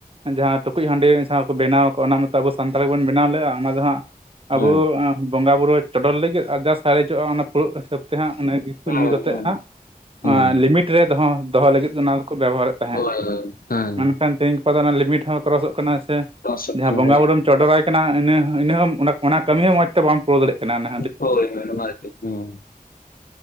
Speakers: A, on the right; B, on the left.
A: ᱡᱟᱦᱟᱸ ᱴᱩᱠᱩᱡ ᱦᱟᱺᱰᱤ ᱡᱟᱦᱟᱸ ᱠᱚ ᱵᱮᱱᱟᱣ ᱟᱠᱚ ᱚᱱᱟ ᱢᱚᱛᱚ ᱟᱵᱚ ᱥᱟᱱᱛᱟᱲ ᱜᱮᱵᱚᱱ ᱵᱮᱱᱟᱣ ᱞᱮᱜᱼᱟ, ᱚᱱᱟ ᱡᱟᱦᱟᱸ ᱟᱵᱚ
B: ᱦᱮᱸ
A: ᱮ ᱵᱚᱸᱜᱟ ᱵᱩᱨᱩ ᱪᱚᱰᱚᱨ ᱞᱟᱹᱜᱤᱫ ᱟᱨ ᱥᱟᱨᱮᱡᱚᱜᱼᱟ ᱚᱱᱟ ᱯᱷᱩᱲᱩᱜ ᱦᱤᱥᱟᱹᱵ ᱛᱮ ᱦᱟᱸᱜ ᱚᱱᱟ ᱜᱮ᱾
B: ᱦᱮᱸ
A: ᱧᱩ ᱠᱟᱛᱮᱜ
B: ᱦᱮᱸ
A: ᱦᱟᱸᱜ
B: ᱦᱮᱸ
A: ᱟᱸ ᱞᱤᱢᱤᱴ ᱨᱮ ᱫᱚᱦᱚ ᱫᱚᱦᱚ ᱞᱟᱹᱜᱤᱛ ᱚᱱᱟ ᱫᱚᱠᱚ ᱵᱮᱵᱚᱦᱟᱨᱮᱫ ᱛᱟᱦᱮᱸᱜ,
B: ᱦᱳᱭ ᱦᱳᱭ ᱦᱮᱸ
A: ᱢᱮᱱᱠᱷᱟᱱ ᱛᱮᱦᱮᱧ ᱜᱟᱯᱟ ᱫᱚ ᱚᱱᱟ ᱞᱤᱢᱤᱴ ᱦᱚᱸ ᱠᱨᱚᱥᱚᱜ ᱠᱟᱱᱟ ᱥᱮ
B: ᱚᱥᱩᱠ
A: ᱡᱟᱦᱟᱸ
B: ᱠᱟᱱᱟ
A: ᱵᱚᱸᱜᱟ
B: ᱦᱳᱭ
A: ᱵᱩᱨᱩᱢ ᱪᱚᱰᱚᱨᱟᱭ ᱠᱟᱱᱟ ᱤᱱᱟᱹ ᱦᱚᱸ ᱚᱱᱟ ᱠᱟᱹᱢᱤ ᱦᱚᱸ ᱢᱚᱸᱡᱽ ᱛᱮ ᱵᱟᱢ ᱪᱚ ᱯᱩᱣ ᱫᱟᱲᱮᱭᱟᱜ ᱱᱟ
B: ᱦᱳᱭ ᱦᱳᱭ ᱚᱱᱟ ᱠᱷᱟᱹᱛᱤᱨ ᱛᱮᱦᱚᱸ᱾